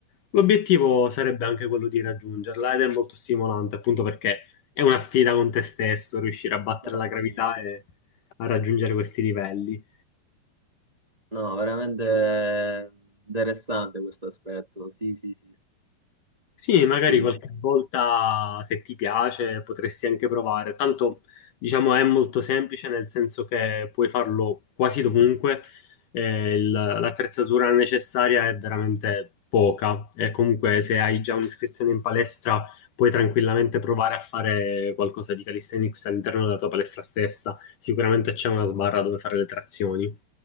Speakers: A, on the left; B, on the right.
A: l'obiettivo sarebbe anche quello di raggiungerla ed è molto stimolante, appunto perché è una sfida con te stesso, riuscire a battere
B: Ma
A: la
B: sì.
A: gravità e a raggiungere questi livelli.
B: No, veramente eh, interessante questo aspetto. Sì, sì, sì,
A: Sì, magari
B: figo.
A: qualche volta se ti piace potresti anche provare. Tanto, diciamo, è molto semplice nel senso che puoi farlo quasi dovunque. eh, il- l'attrezzatura necessaria è veramente poca e comunque se hai già un'iscrizione in palestra puoi tranquillamente provare a fare qualcosa di calisthenics all'interno della tua palestra stessa. Sicuramente c'è una sbarra dove fare le trazioni.